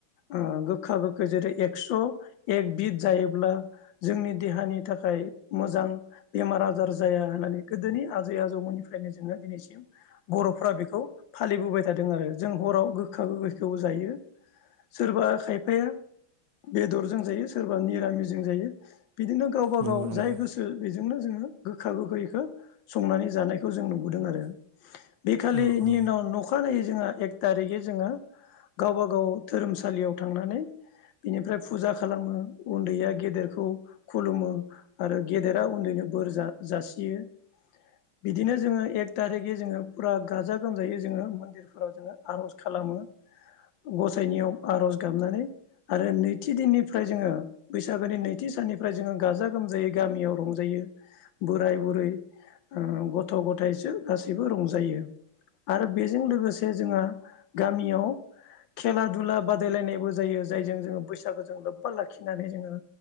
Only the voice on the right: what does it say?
नंगौ
नंगौ
औ औ